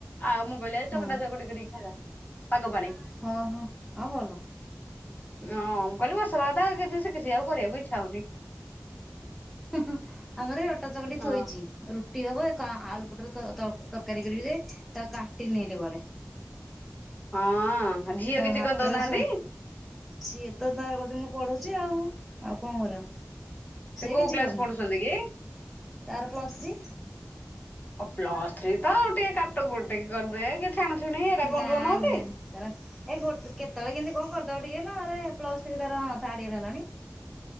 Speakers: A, on the left; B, in the centre.
A: ଆଉ ମୁଁ କହିଲି ଆଜି
B: ହଁ।
A: ଚକଟା ଚକଟି କରିକି ଖାଇବା ପାଗ ପାଣି।
B: ହଁ ହଁ ହଁ ଭଲ।
A: ହଁ ମୁଁ କହିଲି ବର୍ଷା ପାଗ ଟା ସେ କିଛି ଆଉ କରିବାକୁ ଇଚ୍ଛା ହଉନି।
B: ହୁଁ-ହୁଁ, ଆମର ଏଇ ଅଟା ଚକଟି
A: ହଁ
B: ଥୋଇଚି। ରୁ ଟି ହବ, ଏକ ଆଳୁ ପଟରୁ ତର-ତର-ତରକାରୀ କରିବି ଯେ, ତାକୁ କାଟିନି ଏଇଲେ କୁଆଡେ।
A: ହଁ, ଝିଅ
B: ତାକୁ
A: କିଛି
B: ହାତରେ
A: କରିଦଉନାହାଁନ୍ତି?
B: ସ ସିଏ ତ ତାର କହୁଚି, ମୁଁ ପଢୁଚି ଆଉ। ଆଉ କଣ କରିବ? ସେ
A: କୋଉ
B: କିଛି
A: କ୍ଲାସ
B: କରୁନି।
A: ପଢୁଛନ୍ତି କି?
B: ତାର ପ୍ଲସ୍ ଥ୍ରୀ।
A: ଆଉ ପ୍ଲସ୍ ଥ୍ରୀ, ତ ଆଉ ଟିକେ କାଟକୁଟି କରିଦେ, କି ଛାଣ ଛୁଣି, ଏଇରା କରିଦଉନାହାଁନ୍ତି?
B: ନାଇଁ ନାଇଁ ତାର ଏ ଗୋଟ୍ କେତେବେଳେ କେନ୍ତି କଣ କରିଦବ ଟିକେ ନହେଲେ, ପ୍ଲସ ଥ୍ରୀ ତାର ଥାର୍ଡ ୟିଅର ହେଲାଣି।